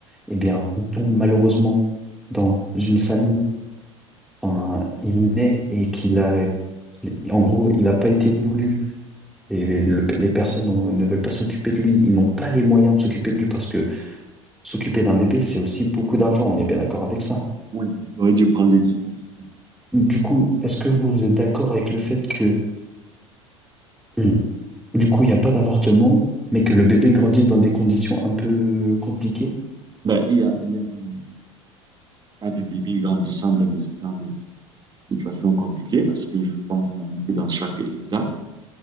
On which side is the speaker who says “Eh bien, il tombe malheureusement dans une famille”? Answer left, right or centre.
Centre